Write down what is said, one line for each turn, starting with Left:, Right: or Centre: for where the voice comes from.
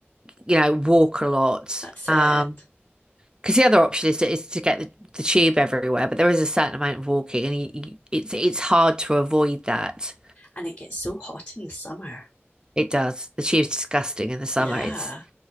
Right: you know, walk a lot.
Left: That's
Right: Um,
Left: it.
Right: because the other option is to, is to get the, the tube everywhere, but there is a certain amount of walking, and you, you, it's it's hard to avoid that.
Left: And it gets so hot in the summer.
Right: It does. The tube's disgusting in the summer.
Left: Yeah.
Right: It's